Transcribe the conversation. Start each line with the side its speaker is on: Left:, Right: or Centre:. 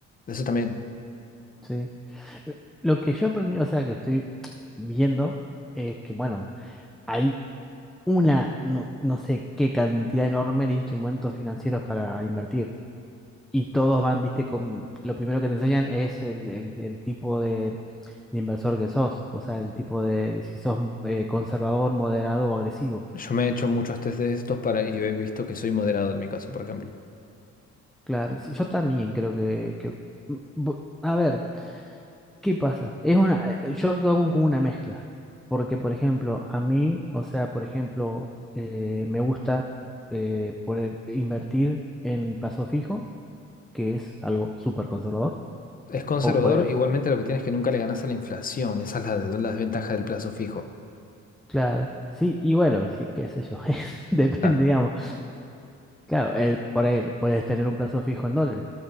Left: Eso también.
Centre: sí. Lo que yo aprendí, o sea, que estoy viendo, es que, bueno, hay una, no, no sé qué cantidad enorme de instrumentos financieros para invertir. Y todos van, viste, con, lo primero que te enseñan es el, el- el tipo de de inversor que sos, o sea, el tipo de si sos eh, conservador, moderado o agresivo.
Left: Yo me he hecho muchos test de estos para, y he visto que soy moderado en mi caso, por ejemplo.
Centre: Claro, sí, yo también creo que, que- mm, bu- a ver, ¿qué pasa? Es una, eh, eh, yo hago como una mezcla, porque por ejemplo, a mí, o sea, por ejemplo, eh, me gusta eh, poner, invertir en plazo fijo, que es algo súper conservador,
Left: Es conservador,
Centre: o poner,
Left: igualmente lo que tienes es que nunca le ganas a la inflación. Esa es la, la desventaja del plazo fijo.
Centre: claro, sí, y bueno, qué, qué sé yo, <laughs> depende,
Left: Ah,
Centre: digamos, claro, el, por él, puedes tener un plazo fijo en dólares.